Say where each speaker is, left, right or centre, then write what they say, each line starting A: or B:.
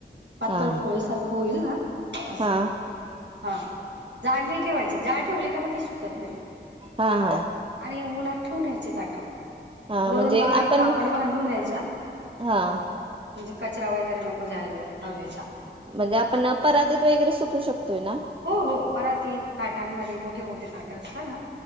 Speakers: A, on the right (about 75°); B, on the right (about 30°).
A: पातळ
B: हा
A: पोळी सारखं होईल ना असं
B: हा
A: हा जाड नाही ठेवायची जाड ठेवली का मग ती सुकत नाही
B: हा हा
A: आणि नार ठऊूनचे त्याटो
B: हा
A: वरून
B: म्हणजे
A: बारीक
B: आपण
A: कापड बांधून द्यायच्या म्हणजे
B: हा
A: कचरा वगैरे नको जा्यायला हवेच्या
B: म्हणजे आपण परातीत वगैरे सुकू शकतोय ना
A: हो हो परात ताटांमध्ये मोठे मोठे ताट असतात ना